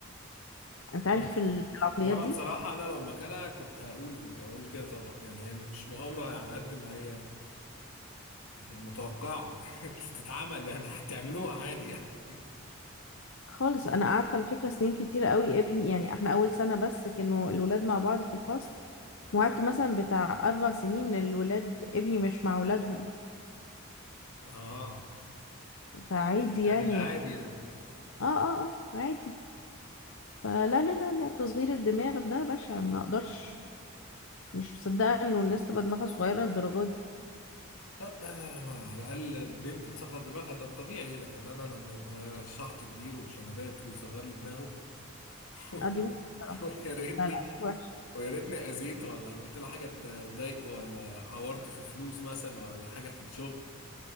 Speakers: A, on the left; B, on the left.
A: انت عارف
B: طبعا
A: ال- العقليات
B: وانا
A: دي
B: بصراحة انا لو مكانها كنت هقول هقول كده طبعا يعني هي مش مؤامرة على قد ما هي متوقعة <laughs> تتعمل يعني هتعملوها عادي يعني
A: خالص انا قعدت على فكره سنين كتيره قوي ابني يعني احنا اول سنه بس كانوا الولاد مع بعض في الفصل وقعدت مثلا بتاع اربع سنين الولاد ابني مش مع ولادهم
B: اه
A: فعادي
B: يعني
A: يعني
B: العادي
A: اه
B: يعني
A: اه اه عادي فلا لا لا لا تصغير الدماغ ده بشع ما اقدرش مش مصدقه انه الناس تبقى دماغها صغيره للدرجه دي
B: طب آه، ما على الاقل بنت بتصغر دماغها ده الطبيعي لكن انا لما يبقى شحط كبير وبشنبات ويصغر لي دماغه <laughs>
A: لا دي وحشة بصراحه
B: ويا ريتني
A: لا لا دي وحش
B: ويا ريتني اذيته ولا عملت له حاجة تضايقه ولا عورته في فلوس مثلا ولا حاجة في الشغل